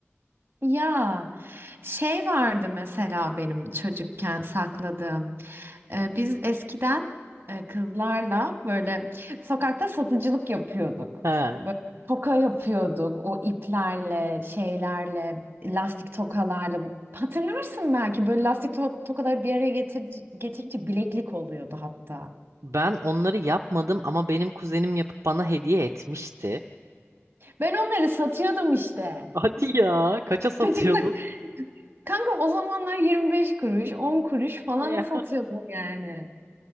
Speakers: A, on the right (about 45°); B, on the right (about 65°).
A: Ya şey vardı mesela benim çocukken sakladığım. Ee, biz eskiden e, kızlarla böyle sokakta satıcılık yapıyorduk.
B: He.
A: Böyle toka yapıyorduk o iplerle, şeylerle, lastik tokalarla. Hatırlarsın belki böyle lastik to tokaları bir araya getir getirince bileklik oluyordu hatta.
B: Ben onları yapmadım ama benim kuzenim yapıp bana hediye etmişti.
A: Ben onları satıyordum işte.
B: Hadi ya. Kaça satıyordun?
A: Çocukluk.
B: <laughs>
A: Kanka o zamanlar 25 kuruş, 10 kuruş falan
B: E,
A: satıyordum yani.